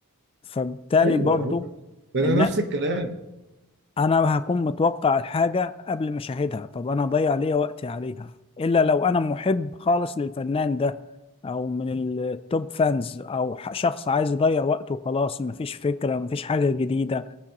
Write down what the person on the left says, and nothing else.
فبالتالي
برضو
ان
انا هكون متوقع الحاجه قبل ما اشاهدها طب انا هضيع ليا وقتي عليها الا لو انا محب خالص للفنان ده او من التوب فانز او ح- شخص عايز يضيع وقته وخلاص مفيش فكره مفيش حاجه جديده